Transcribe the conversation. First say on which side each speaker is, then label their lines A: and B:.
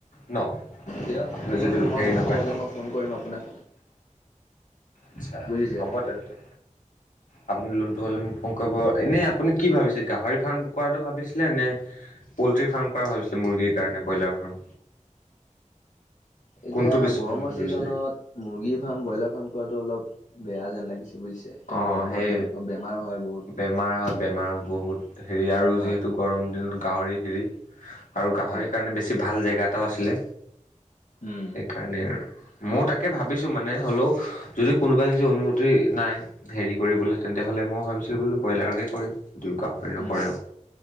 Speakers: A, on the left; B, on the left.
A: ন।
B: দিয়ক
A: আপুনি
B: ঠিক
A: যদি
B: আছে মই
A: হেৰি
B: লোনটো
A: নকৰে
B: হ'লে মই ফোন কৰিম আপোনাক।
A: আচ্ছা
B: বুজিছে
A: হ'ব তেন্তে আপুনি লোনটো হলে মোক ফোন কৰিব এনেই। আপুনি কি ভাবিছিল গাহৰি ফাৰ্ম কৰাতটো ভাবিছিলে নে পল্ট্ৰি ফাৰ্ম। কৰা হৈছিলে মুৰ্গীৰ কাৰণে ব্ৰইলাৰ ফাৰ্ম।
B: এতিয়া
A: কোনটো বেছি
B: গৰমৰ
A: ভাল ভাবিছিলে
B: ছিজনত মুৰ্গী ফাৰ্ম ব্ৰইলাৰ ফাৰ্ম কৰাটো অলপ। বেয়া যেন লাগিছে বুজিছে এতি
A: অ
B: গৰমত
A: সেই
B: তেওঁলোকৰ বেমাৰ হয় বহুত।
A: বেমাৰ হয় বেমাৰ বহুত হেৰি আৰু
B: হয়
A: যিহেতু গৰম দিনত গাহৰি হেৰি আৰু গাহৰিৰ
B: হয়
A: কাৰণে বেছি ভাল জেগা। গাটাও আছিলে
B: উম
A: সেইকাৰণে আৰু। মই তাকে ভাবিছোঁ মানে হ'লেও যদি কোনোবাই যদি অনুমতি নাই। হেৰি কৰিবলৈ তেন্তে হলে মই ভাবিছিলোঁ বোলো ব্ৰইলাৰকে কৰিম দুয়ো গাহৰি নকৰেও।
B: উম